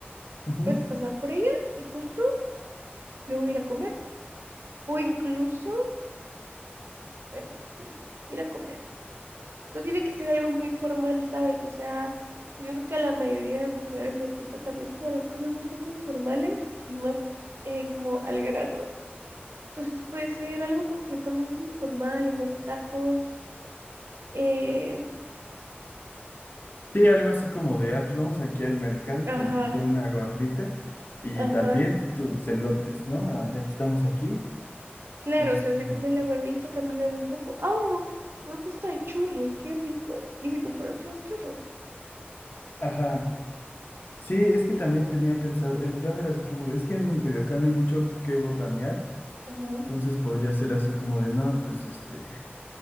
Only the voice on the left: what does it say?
Ujú.
Sí, algo así como de, ah, pues vamos aquí al mercado y
te invito a una gordita y
también tus elotes, ¿no? Ah, Ya que estamos aquí,
este,
ajá. Sí, es que también tenía pensado, el plan era así como de, es que en Coyoacán no hay mucho que botanear,
entonces podría ser así como de, no, pues este,